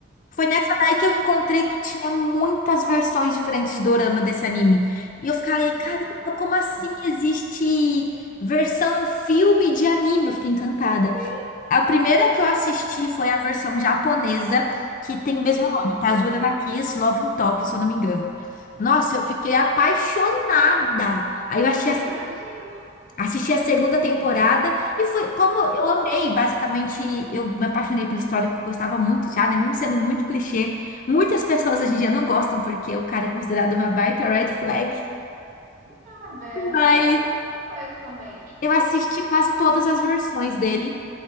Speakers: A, on the left; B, on the right.
A: Foi
B: Sim.
A: nessa daí que eu encontrei que tinha muitas versões diferentes de dorama desse anime. E eu fiquei,
B: Nossa.
A: caramba, como assim existe versão filme de anime? Eu fiquei encantada.
B: Sim.
A: A primeira que eu assisti foi a versão japonesa, que tem o
B: Meu
A: mesmo nome,
B: Deus,
A: Tazura
B: ok.
A: na Kiss, Love in Tokyo, se eu não me engano. Nossa, eu fiquei apaixonada. Aí eu achei
B: Eu imagino.
A: Assisti a segunda temporada e foi como eu amei, basicamente, eu me apaixonei pela história que eu gostava muito já, né? Mesmo sendo muito clichê. Muitas pessoas hoje em dia não gostam porque o cara é considerado uma baita red flag.
B: Ah, berro.
A: Mas
B: Pior que eu não conheço esse também.
A: eu assisti quase todas as
B: Ah,
A: versões dele.